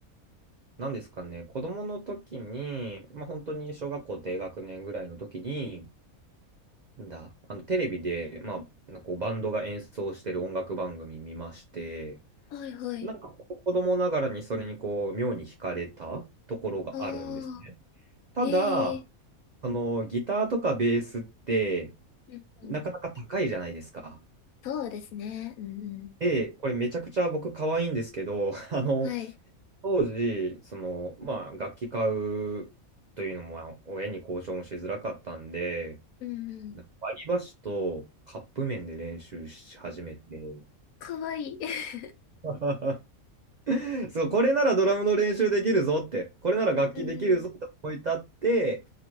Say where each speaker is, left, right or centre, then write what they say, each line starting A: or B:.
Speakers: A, on the right; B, on the left.
A: なんですかね、子供の時に、まあ、本当に小学校低学年ぐらいの時に、なんだ、あのテレビで、まあ、なんかこうバンドが演奏してる音楽番組見まして、
B: はいはい。
A: なんかこう子供ながらにそれにこう妙に惹かれたところがあるんですね。
B: ああ、
A: ただ、
B: へえ。
A: そのギターとかベースって
B: うんうん。
A: なかなか高いじゃないですか。
B: そうですね。うんうん。
A: で、これめちゃくちゃ僕可愛いんですけど、<laughs> あの、
B: はい。
A: 当時、その、まあ、楽器買うというのも、まあ親に交渉もしづらかったんで、
B: うんうん。
A: 割り箸とカップ麺で練習し始めて、
B: かわいい。<laughs>
A: <laughs> そう、これならドラムの練習できるぞって、これなら楽器できるぞって思い立って、
B: うんうん。